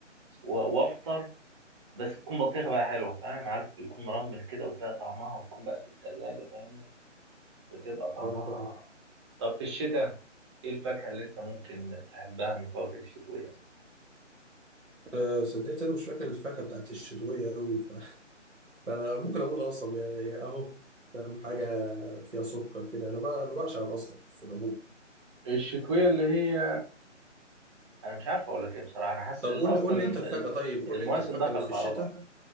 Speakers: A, on the right; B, on the right.
A: و- وأفطر بس تكون بطيخة بقى حلوة فاهم عارف يكون مرمل كده وتلاقي طعمها وتكون بقى في التلاجة فاهمني بتبقى طعمها
B: اه فعلا
A: طب في الشتاء إيه الفاكهة اللي أنت ممكن تحبها من الفواكه الشتوية؟
B: آه، صدقني انا مش فاكر الفاكهه بتاعت الشتويه قوي ف... <laughs> فممكن اقول قصب يعني يعني اهو فاهم حاجه فيها سكر كده انا بع- أنا بعشق القصب في العموم
A: الشتوية اللي هي انا مش عارف اقول لك ايه بصراحه انا حاسس
B: طب
A: ال-
B: قول
A: اصلا
B: لي قول لي
A: الم-
B: انت الفاكهه
A: الم-
B: طيب قول
A: المواسم
B: لي انت الفاكهه
A: دخلت
B: اللي في الشتاء
A: على بعض